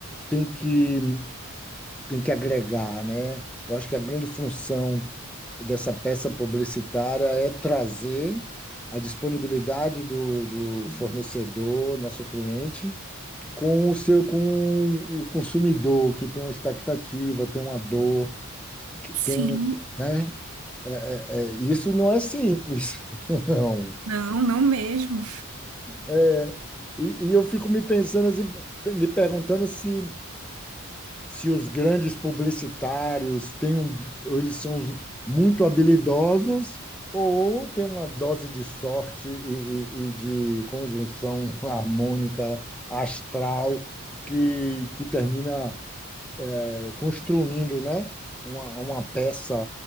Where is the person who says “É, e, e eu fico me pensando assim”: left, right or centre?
Centre